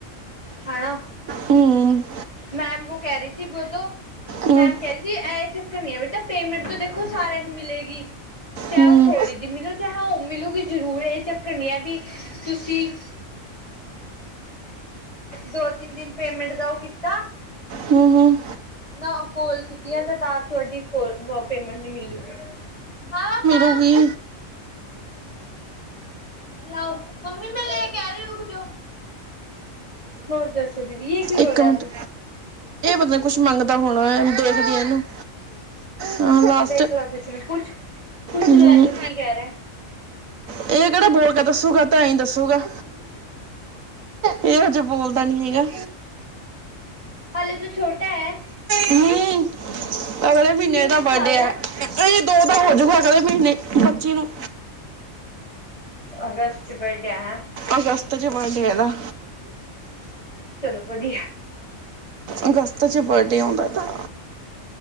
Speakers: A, on the left; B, on the right.
A: ਹੈਨਾ
B: ਹੂੰ
A: ਮੈਮ ਵੋ ਕਹਿ ਰਹੀ ਸੀ ਵੋ ਤੋਂ।
B: ਹੂੰ
A: ਮੈਮ ਕਹਿ ਰਹੀ ਸੀ ਇਹ ਚੱਕਰ ਨਹੀ ਹੈ ਬੇਟਾ ਪੇਮੈਂਟ ਤੋਂ ਦੇਖੋ ਸਾਰਿਆਂ ਨੂੰ ਮਿਲੇਗੀ। ਚਾਹੇ
B: ਹੂੰ
A: ਉਹ ਥੋੜ੍ਹੀ ਜੀ ਮਿਲੋ ਚਾਹੇ ਉਹ ਮਿਲੂਗੀ ਜ਼ਰੂਰ ਇਹ ਚੱਕਰ ਨੀ ਏ ਵੀ ਤੁਸੀਂ। ਦੋ ਤਿੰਨ ਦਿਨ ਪੇਮੈਂਟ ਦਾ ਉਹ ਕੀਤਾ।
B: ਹਮ ਹਮ।
A: ਨਾ ਕੋਲ ਕੀਤੀਆਂ ਤੇ ਤਾਂ ਤੁਹਾਡੀ ਕੋ ਪੇਮੈਂਟ ਨੀ ਮਿਲ ਰਹੀ ਏ। ਹਾਂ ਪਾਪਾ।
B: ਤਾਂ ਹੀ।
A: ਲਓ ਮੰਮੀ ਮੈਂ ਲੈ ਕੇ ਆ ਰਹੀ ਹੂ ਰੁਕ ਜਾਓ। ਹੋਰ ਦੱਸੋ, ਦੀਦੀ ਯੇ ਕਿਉ ਰੋ
B: ਇੱਕ
A: ਰਹਾ
B: ਮਿੰਟ
A: ਅਬ?
B: ਇਹ ਕੁੱਛ ਮੰਗਦਾ ਹੋਣਾ ਦੇਖਦੀ ਹਾਂ ਇਹਨੂੰ। ਹਾਂ ਲਾਸਟ
A: ਦੇਖ ਲੈ ਕੁਛ ਨੂੰ ਪੁੱਛ ਪੁੱਛ
B: ਹੂ।
A: ਲੋ ਇਹਨੂੰ ਕੀ ਕਹਿ ਰਿਹਾ
B: ਇਹ ਕਿਹੜਾ ਬੋਲ ਕੇ ਦੱਸੂਗਾ ਇਹ ਤਾਂ ਏਈ ਦੱਸੂਗਾ। ਇਹ ਅਜੇ ਬੋਲਦਾ ਨੀ ਹੈਗਾ।
A: ਹਲੇ ਤੇ ਛੋਟਾ ਐ।
B: ਹਮ ਨਹੀਂ ਅਗਲੇ ਮਹੀਨੇ
A: ਕਿੰਨੇ
B: ਏਹਦਾ
A: ਕੁ
B: ਬਰਡੇ
A: ਸਾਲ ਦਾ
B: ਹੈ। ਨਹੀ ਦੋ ਦਾ ਹੋ ਜੇਗਾ ਅਗਲੇ ਮਹੀਨੇ ਪੱਚੀ ਨੂੰ।
A: ਅਗਸਤ ਚ ਬਰਡੇ ਹੈ।
B: ਅਗਸਤ ਵਿੱਚ ਬਰਡੇ ਹੈ ਇਹਦਾ।
A: ਚਲੋ ਵਧੀਆ।
B: ਅਗਸਤ 'ਚ ਬਰਡੇ ਆਉਂਦਾ ਤਾਂ